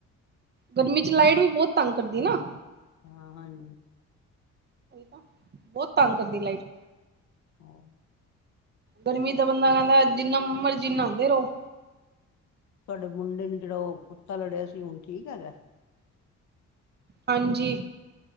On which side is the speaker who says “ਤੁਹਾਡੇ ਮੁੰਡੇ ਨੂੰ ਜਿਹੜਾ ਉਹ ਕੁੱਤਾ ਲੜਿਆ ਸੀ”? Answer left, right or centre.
Left